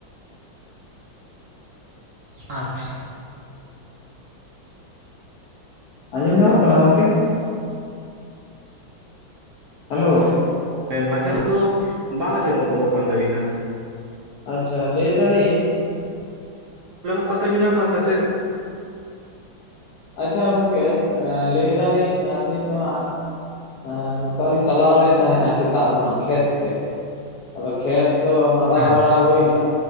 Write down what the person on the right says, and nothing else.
ᱟᱪᱪᱷᱟ
ᱦᱮᱸ ᱢᱟᱡᱷᱮ ᱵᱷᱩᱠᱩ ᱵᱟᱝ ᱟᱡᱚᱢᱚᱜ ᱜᱚᱫᱚᱜ ᱠᱟᱱ ᱛᱟᱵᱤᱱᱟ
<unintelligible> ᱯᱟᱛᱟ ᱪᱮᱫ
ᱦᱮᱸ